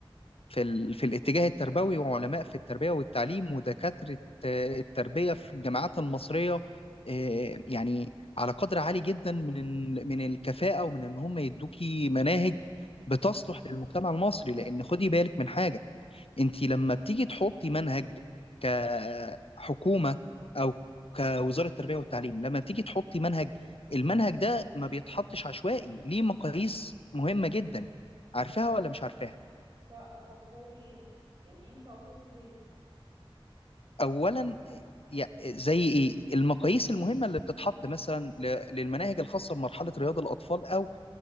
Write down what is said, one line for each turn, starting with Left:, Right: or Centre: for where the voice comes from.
Left: في ال في الاتجاه التربوي وعلماء في التربيه والتعليم ودكاتره آه، التربيه في الجامعات المصريه آه، يعني على قدر عالي جدا من ال- من الكفاءه ومن ان هم يدوكي مناهج بتصلح للمجتمع المصري لان خدي بالك من حاجه انت لما بتيجي تحطي منهج كحكومه او كوزاره التربيه والتعليم لما بتيجي تحطي منهج المنهج ده ما بيتحطش عشوائي ليه مقاييس مهمه جدا عارفاها ولا مش عارفاها
Right: لا طب زي ايه يعني انت هتقصد ايه
Left: اولا يا- زي ايه المقاييس المهمه اللي بتتحط مثلا ل- للمناهج الخاصه بمرحله رياض الاطفال او